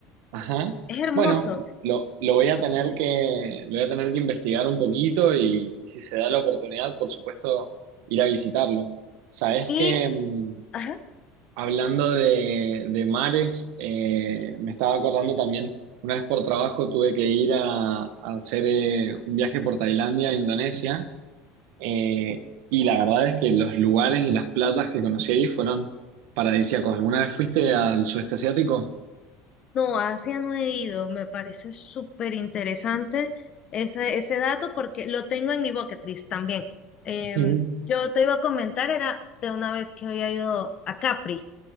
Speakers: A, on the right; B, on the left.
A: Ajá.
B: Es hermoso.
A: Bueno, lo, lo voy a tener que, lo voy a tener que investigar un poquito y, y si se da la oportunidad, por supuesto, ir a visitarlo. Sabes
B: Y,
A: que mm,
B: ajá,
A: hablando de, de mares, eh, me estaba acordando también, una vez por trabajo tuve que ir a, a hacer eh, un viaje por Tailandia e Indonesia, eh, y la verdad es que los lugares y las playas que conocí ahí fueron paradisíacos. ¿Alguna vez fuiste al sudeste asiático?
B: no, a Asia no he ido. Me parece súper interesante ese, ese dato porque lo tengo en mi bucket list también. Em,
A: Ujú.
B: yo te iba a comentar, era de una vez que había ido a Capri.